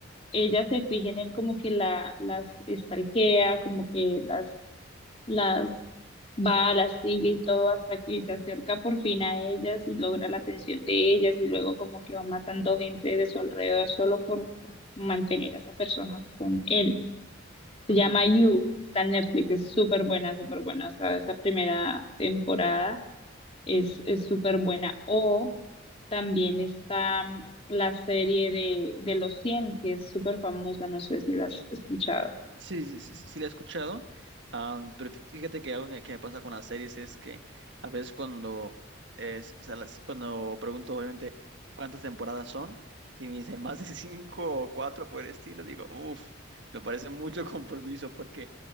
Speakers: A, on the left; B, on the right.
A: ellas se fijen en él, como que la, las estalquea, como que las, las va, las sigue y todo, hasta que se acerca por fin a ellas y logra la atención de ellas, y luego como que va matando gente de su alrededor solo por por mantener a esa persona con él. Se
B: ujú.
A: llama You, está en Netflix, es súper buena, súper buena. O sea, esa primera temporada es, es súper buena. O también está mm, la serie de, de Los cien que es súper famosa, no sé si la has escuchado.
B: Sí, sí, sí, sí sí la he escuchado, ah, pero fí- fíjate que algo que, que me pasa con las series es que a veces cuando es, o sea, las- cuando pregunto obviamente cuántas temporadas son y me dicen más de <laughs> cinco o cuatro por el estilo, digo, uff, me parece mucho compromiso porque